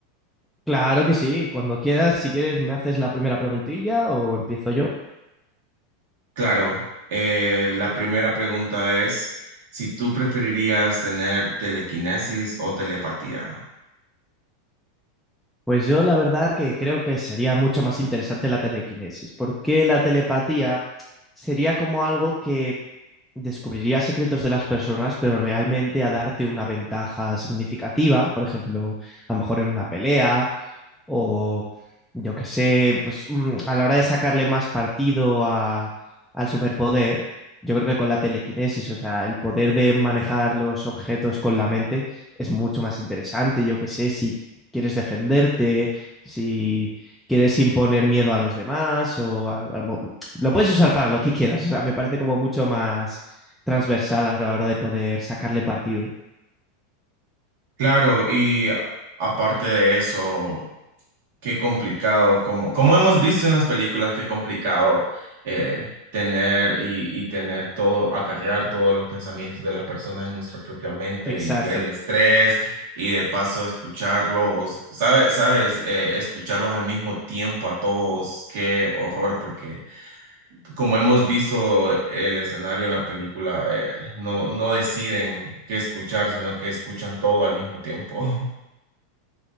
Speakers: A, in the centre; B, on the right.
A: Claro que sí, cuando quieras, si quieres, me haces la primera preguntilla o empiezo yo.
B: Claro, eh, la primera pregunta es si tú preferirías tener telequinesis o telepatía.
A: Pues yo la verdad que creo que sería mucho más interesante la telequinesis, porque la telepatía sería como algo que descubriría secretos de las personas, pero realmente a darte una ventaja significativa, por ejemplo, a lo mejor en una pelea o yo qué sé, pues mm, a la hora de sacarle más partido a- al superpoder, yo creo que con la telequinesis, o sea, el poder de manejar los objetos con la mente es mucho más interesante, yo qué sé, si quieres defenderte, si quieres imponer miedo a los demás o a- al mo- lo puedes usar para lo que quieras, o sea, me parece como mucho más transversal a la hora de poder sacarle partido.
B: Claro, y aparte de eso, qué complicado, como, como hemos visto en las películas, qué complicado eh, tener y, y tener todo, acarrear todos los pensamientos de las personas en nuestra propia mente
A: Exacto.
B: y el estrés y de paso escucharlos, ¿sabes? ¿Sabes? Eh, escucharlos al mismo tiempo a todos, qué horror, porque... como hemos visto el escenario en la película, eh, no, no deciden qué escuchar, sino que escuchan todo al mismo tiempo. <laughs>